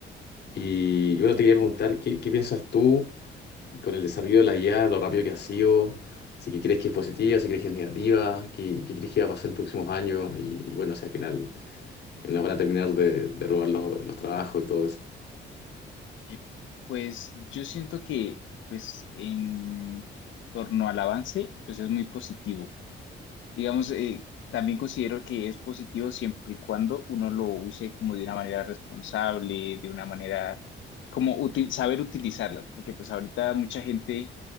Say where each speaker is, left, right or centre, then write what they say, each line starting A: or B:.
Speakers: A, on the left; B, on the left.
A: Y, y bueno, te quería preguntar, ¿qué, qué piensas tú? con el desarrollo de la IA, lo rápido que ha sido, si que crees que es positiva, si crees que es negativa, qué, qué crees que va a pasar en los próximos años y, y bueno, si al final nos van a terminar de, de robar los, los trabajos y todo eso.
B: Eh, pues yo siento que, pues, en torno al avance, pues es muy positivo. Digamos, eh, también considero que es positivo siempre y cuando uno lo use como de una manera responsable, de una manera, como uti- saber utilizarlas, porque pues ahorita mucha gente